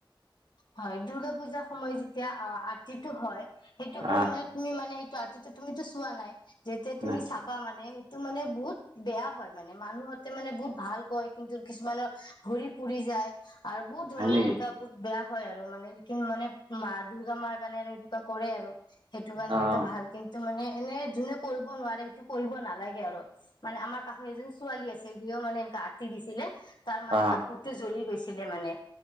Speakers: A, on the left (about 60°); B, on the right (about 80°).
A: হয় দুূৰ্গা পূজা সময় যেতিয়া আ যিটো হয় সেইটো সময়
B: আহ
A: মানে তুমি মানে ত আতিটো তুমিো চোৱা নাই যেতিয়া তুমি
B: নাই
A: চাবা মানে হে টো মানে বহুত বেয়া হয় মানে মানুহতে মানে বহুত ভালকৈ কিন্তু কিছুমানৰ ভৰি পুৰি যায় আৰু বহুত ধন
B: হয়
A: ন
B: নেকি
A: এনক বুত বয়া হয় আৰু মানে যিখিনি মানে মা দুৰ্গা মাৰ কাৰণে আৰু কৰে আৰু সেইটো কাৰণে
B: আহ
A: সিহঁতে ভাল কিন্তু মানে এনে যোনে কৰিব ন সেইটো কৰিব নালাগে আৰু মানে আমাৰ কাষৰ এজন ছোৱালী আছিল সিও মানে এনে আথি দিছিলে তাৰ মানে
B: আহ
A: কাপোৰতটো জ্বলি গৈছে ছিলে মানে